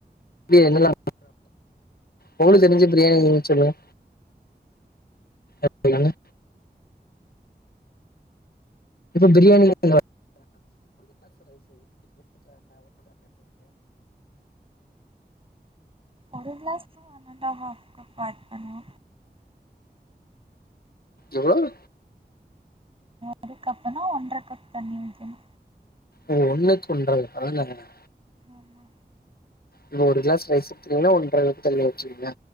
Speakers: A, on the left; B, on the right.
A: அவ என்னெல்லா ஒங்களுக்கு தெரிஞ்ச பிரியாணி கொஞ்சோ சொல்லுங்க சொல்லுங்க இப்போ பிரியாணி <inaudible>
B: ஒரு glass one and half cut பண்ணுவோ
A: எவ்வோள்
B: ஒரு கப்புனா ஒன்ற கப் தண்ணி வெக்கனு
A: ஓ ஒண்ணுக் ஒன்ற பரஞ்சாங்களா
B: ஆமா
A: இங்க ஒரு கிளஸ் ரைஸ் ஊத்துனீங்னா ஒன்றர லிட்டர் தண்ணி வச்வீங்ளா